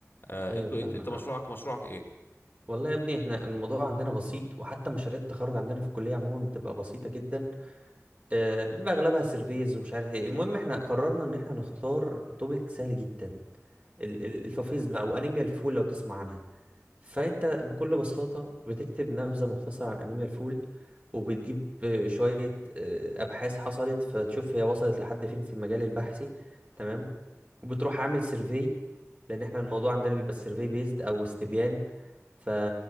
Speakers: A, on the left; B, on the right.
A: آه
B: ايوه
A: انتوا
B: فاهمك
A: انت, انت مشروعك مشروعك ايه؟
B: والله يا ابني احنا الموضوع عندنا بسيط وحتى مشاريع التخرج عندنا في الكلية عموما بتبقى بسيطة جدا آه، بيبقى اغلبها سيرفيز ومش عارف ايه المهم احنا قررنا ان احنا نختار توبيك سهل جدا ال- ال- الفافيز بقى وانيميا الفول لو تسمع عنها فانت بكل بساطه بتكتب نبذه مختصره عن انيميا الفول وبتجيب آه، شويه آه، ابحاث حصلت فتشوف هي وصلت لحد فين في المجال البحثي تمام وبتروح عامل سيرفي لان احنا الموضوع عندنا بيبقى سيرفي بيزد او استبيان ف